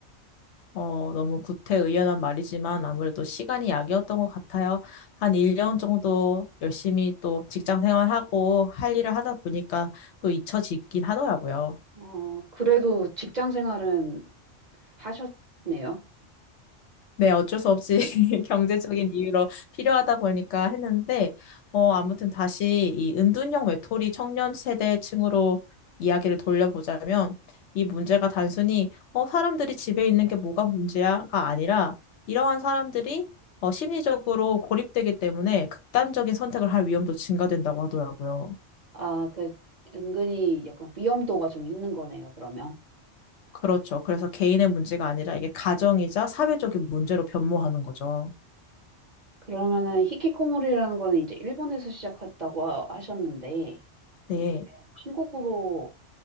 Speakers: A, on the left; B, on the right.
A: 어, 너무 구태의연한 말이지만 아무래도 시간이 약이었던 것 같아요. 한 1년 정도 열심히 또 직장 생활하고 할 일을 하다 보니까 또 잊혀지긴 하더라고요.
B: 어, 그래도 직장 생활은 하셨네요.
A: 네, 어쩔 수 없이 <laughs> 경제적인 이유로 필요하다 보니까 했는데, 어, 아무튼 다시 이 은둔형 외톨이 청년 세대층으로 이야기를 돌려보자면, 이 문제가 단순히, 어, 사람들이 집에 있는 게 뭐가 문제야가 아니라, 이러한 사람들이, 어, 심리적으로 고립되기 때문에 극단적인 선택을 할 위험도 증가된다고 하더라고요.
B: 아, 그, 은근히 약간 위험도가 좀 있는 거네요, 그러면.
A: 그렇죠. 그래서 개인의 문제가 아니라 이게 가정이자 사회적인 문제로 변모하는 거죠.
B: 그러면은 히키코모리라는 거는 이제 일본에서 시작했다고 하- 하셨는데,
A: 네.
B: 이게 한국으로